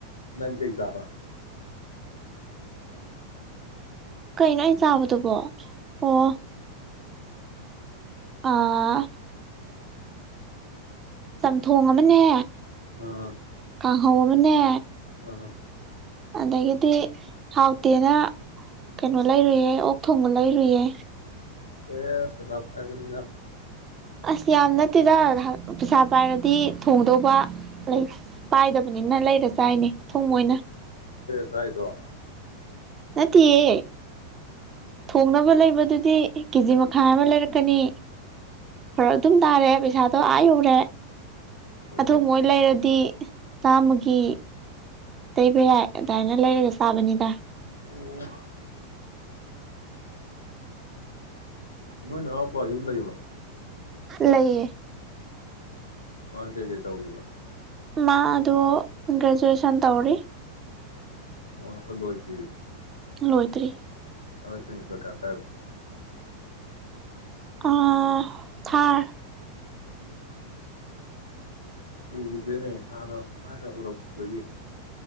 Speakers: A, on the left; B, on the right.
A: ꯅꯪ ꯀꯩ ꯆꯥꯕ
B: ꯀꯩꯅꯣ ꯑꯩꯅ ꯆꯥꯕꯗꯨꯕꯣ ꯑꯣ ꯑꯥ ꯆꯝꯊꯣꯡ ꯑꯃꯅꯦ
A: ꯑꯥ
B: ꯀꯥꯡ ꯍꯧ ꯑꯃꯅꯦ
A: ꯑꯑ
B: ꯑꯗꯒꯤꯗꯤ ꯍꯥꯎꯇꯦꯅ ꯀꯩꯅꯣ ꯂꯩꯔꯨꯢꯌꯦ ꯑꯣꯛ ꯊꯣꯡꯕ ꯂꯩꯔꯨꯢꯌꯦ
A: ꯌꯦꯁ ꯄꯩꯁꯥ ꯄꯥꯢꯕꯅꯤꯅꯥ
B: ꯑꯁ ꯌꯥꯝ ꯅꯠꯇꯦꯗ ꯄꯩꯁꯥ ꯄꯥꯏꯔꯗꯤ ꯊꯣꯡꯗꯧ
A: ꯑꯣ
B: ꯂꯩ ꯄꯥꯏꯗꯕꯅꯤꯅ ꯂꯩꯔ ꯆꯥꯏꯅꯦ ꯑꯊꯣꯡꯕꯣꯢꯅ
A: ꯆꯥꯔꯤꯗꯣ
B: ꯅꯠꯇꯤꯌꯦ ꯊꯣꯡꯅꯕ ꯂꯩꯕꯗꯨꯗꯤ ꯀꯦꯖꯤ ꯃꯈꯥꯏ ꯑꯃ ꯂꯩꯔꯛꯀꯅꯤ ꯐꯔꯛ ꯑꯗꯨꯝ ꯄꯥꯢꯔꯦ ꯄꯩꯁꯥꯗꯣ ꯑ ꯌꯧꯔꯦ
A: ꯍꯣꯏꯅꯦ
B: ꯑꯊꯣꯡꯕ ꯑꯣꯢ ꯂꯩꯔꯗꯤ ꯆꯥꯝꯃꯒꯤ ꯂꯩꯕ ꯌꯥꯏ ꯑꯗꯥꯢꯅ ꯂꯩꯔꯒꯁꯨ ꯆꯥꯕꯅꯤꯗ
A: ꯑꯣ ꯅꯣꯏ ꯅꯅꯥꯎꯄꯥ ꯌꯨꯝ ꯂꯩꯕ꯭ꯔꯣ
B: ꯂꯩꯌꯦ
A: ꯃꯗꯤ ꯀꯩ ꯀꯩ ꯇꯧꯔꯤꯕ
B: ꯃꯥ ꯗꯣ ꯒ꯭ꯔꯦꯖꯨꯑꯦꯁꯟ ꯇꯧꯔꯤ
A: ꯑꯣ ꯂꯣꯢꯗ꯭ꯔꯤ
B: ꯂꯣꯏꯗ꯭ꯔꯤ
A: ꯍꯟꯗꯛ ꯁꯦꯃꯤꯁꯇ꯭ꯔ ꯀꯌꯥ ꯀꯥꯢꯕ
B: ꯑ ꯊꯥꯔ
A: ꯎꯒꯤꯗ꯭ꯔꯦꯅꯦ ꯍꯥꯟꯅ ꯊꯥꯢꯅ ꯎꯔꯝꯕꯗꯒꯤ